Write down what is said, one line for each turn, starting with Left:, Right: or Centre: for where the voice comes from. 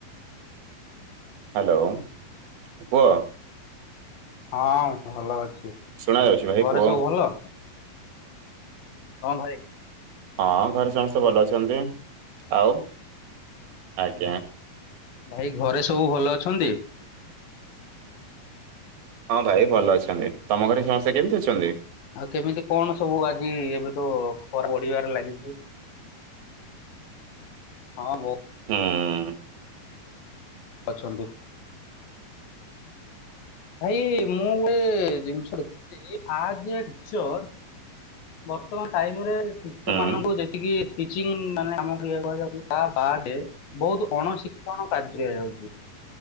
Right: ହ୍ୟାଲୋ କୁହ।
Left: ହଁ ଭଲ ଅ
Right: ଶୁଣା ଯାଉଛି ଭାଇ
Left: ଘରେ
Right: କୁହ
Left: ସବୁ ଭଲ। ହଁ ଭାଇ।
Right: ହଁ ଘରେ ସମସ୍ତେ ଭଲ ଅଛନ୍ତି। ଆଉ ଆଜ୍ଞା।
Left: ଭାଇ ଘରେ ସବୁ ଭଲ ଅଛନ୍ତି?
Right: ହଁ ଭାଇ ଭଲ ଅଛନ୍ତି। ତମ ଘରେ ସମସ୍ତେ କେମିତି ଅଛନ୍ତି?
Left: ଆଉ କେମିତି କଣ ସବୁ ଆଜି ଏବେ ତ ଖରା ବଢିବାରେ ଲାଗିଚି। ହଁ ବୋ
Right: ହୁଁ।
Left: ଅଛନ୍ତି। ଭାଇ ମୁଁ ଗୋଟେ ଜିନିଷ ଦେଖିଥିଲି ଆଜ୍ ଏ ଟିଚର ବର୍ତ୍ତମାନ ଟାଇମ ରେ ଟିଚର
Right: ହୁଁ।
Left: ମାନଙ୍କୁ ଦେଖିକି ଟିଚିଂ ମାନେ ଆମକୁ ଇଏ କୁହାଯାଉଚି ତା ବାଦେ ବୋହୁତ ଅଣଶିକ୍ଷଣ କାର୍ଯ୍ୟ ହେଇଯାଉଚି,